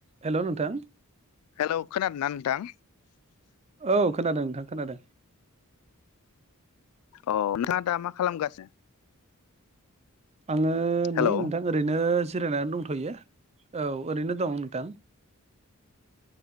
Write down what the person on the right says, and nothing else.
हेल' नोंथां।
औ खोनादों नोंथां खोनादों
आङो
नै नोंथां ओरैनो जिरायनानै दंथ'यो औ ओरैनो दं नोंथां